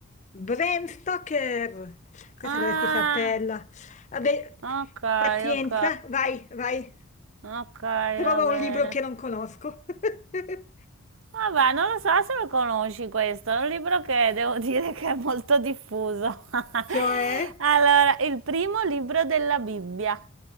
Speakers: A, on the left; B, on the right.
A: Bram Stoker. Questa
B: Ah,
A: dovresti saperla. Vabbè,
B: ok,
A: pazienza,
B: ok,
A: vai, vai.
B: ok,
A: Trova
B: va bene.
A: un libro che non conosco. <laughs>
B: Vabbè, non lo so se lo conosci questo, è un libro che devo <laughs> dire che è molto diffuso. <laughs>
A: Cioè?
B: Allora, il primo libro della Bibbia.